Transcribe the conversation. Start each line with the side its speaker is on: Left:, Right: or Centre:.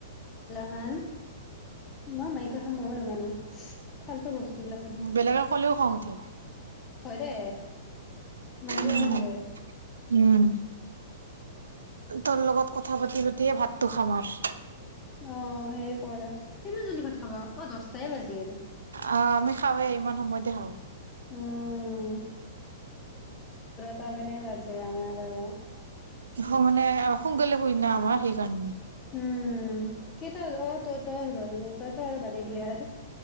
Left: হা <unintelligible> মই মাইকী কাম বহুত <unintelligible> নাজানো উ <unintelligible> <inaudible> ফালতু বস্ত এগিলাখান
Right: বেলেগে ক'লেও খং উঠে
Left: হয় দে মাৰিব
Right: উম
Left: মন যায়
Right: উম তৰ লগত কথা পাতি পাতিয়ে ভাত তোখামাৰ <unintelligible>
Left: অ সেই কৰে ইমান জলদি ভাত খাবা অ দচটা ছয় <unintelligible> বাজিল
Right: আহ আমি খাওঁৱে ইমান সময়তে খাওঁ
Left: উম তাৰ মানে বাজে আমাৰ আৰু
Right: ঘ মানে সোনকালে হয় ন আমাৰ সেইকাৰণে
Left: উম উম কেইটা বজাত ত অ তই তই তই তো আৰু বাদে দি আৰু